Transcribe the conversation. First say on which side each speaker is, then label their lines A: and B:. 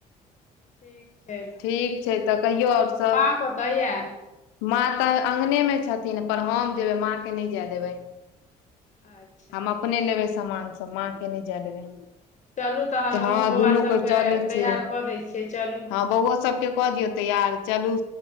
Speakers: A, on the left; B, on the left.
A: ठीक छै।
B: ठीक छै। तऽ कहियौ आओर सब
A: माँ कतऽ यए
B: माँ तऽ अगंनेमे छथिन। पर हम जेबै माँके नहि जाय देबै
A: अच्छा
B: हम अपने लेबै सामान सभ माँ के नहि जाय देबै।
A: चलू तहन
B: तऽ
A: हमहुँ
B: हँ
A: बौआ
B: दुनू
A: सभके
B: कोइ चलै छियै
A: तैयार कऽ दै छियै चलू
B: हँ बौओ सभके कऽ दियौ तैयार चलू